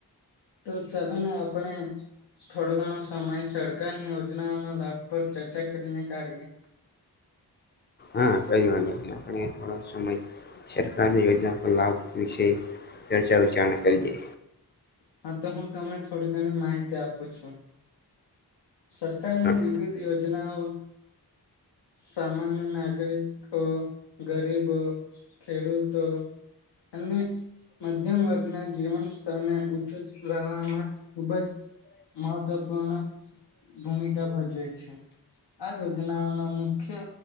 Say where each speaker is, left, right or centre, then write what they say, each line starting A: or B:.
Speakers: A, on the left (about 80°); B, on the left (about 25°).
A: તો ચલો ને આપણે થોડો ઘણો સમય સરકારની યોજનાઓના લાભ પર ચર્ચા કરીને કાઢીએ
B: હા કઈ વાંધ નથી આપણે થોડો સમય સરકારની યોજના પર લાભ વિશે ચર્ચા વિચારણા કરીએ
A: હા તો હું તમને થોડી ઘણી માહિતી આપું છું સરકારની
B: હા
A: વિવિધ યોજનાઓ સામાન્ય નાગરિ કો ગરીબો ખેડૂતો અને મધ્યમ વર્ગના જીવન સ્તરને વામાં ખૂબ જ મહત્વપૂર્ણ ભૂમિકા ભજવે છે આ યોજનાઓ ન મુખ્ય